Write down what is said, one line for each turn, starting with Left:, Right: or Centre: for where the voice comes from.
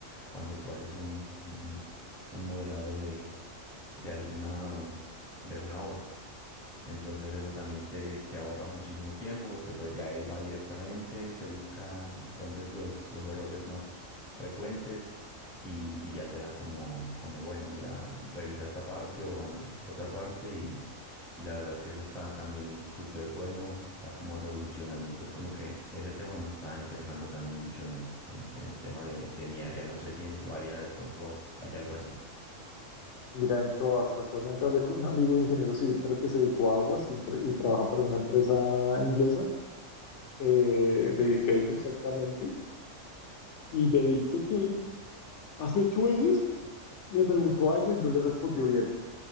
Centre: cuando tú haces un, un, un modelado de, de alguna, de alguna obra. Entonces eso también te, te ahorra muchísimo tiempo porque pues ya él va directamente, te busca dónde es los, los errores más frecuentes y, y ya te da como, como, bueno, mira, revisa esta parte o analiza esta otra parte y, y la verdad es que eso está también súper bueno, está como revolucionando. Entonces como que ese tema me está interesando también mucho en, en, en el tema de, de mi área. No sé si en tu área de pronto hay algo así.
Left: Mira, en todas, casualmente hablé con un amigo ingeniero civil, pero que se dedicó a aguas y, empre- y trabaja para una empresa inglesa eh, de diseño exactamente, y me dice que hace ocho meses le preguntó algo y no le respondió bien,